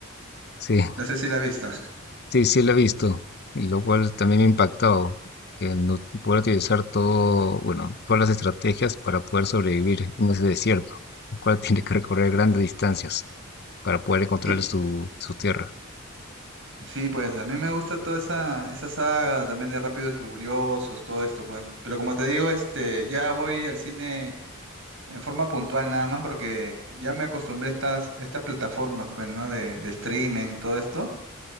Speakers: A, on the left; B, on the right.
A: Sí,
B: No sé si la has visto.
A: sí, sí lo he visto, y lo cual también me ha impactado, el no poder utilizar todo, bueno, todas las estrategias para poder sobrevivir en ese desierto, el cual <laughs> tiene que recorrer grandes distancias para poder encontrar
B: Sí,
A: su, su tierra.
B: sí, pues a mí me gusta toda esa, esa saga también de Rápidos y Furiosos, todo esto, pues. Pero como te digo, este, ya voy al cine en forma puntual nada más porque ya me acostumbré a estas, a estas plataformas, pues, ¿no? De, de streaming, todo esto.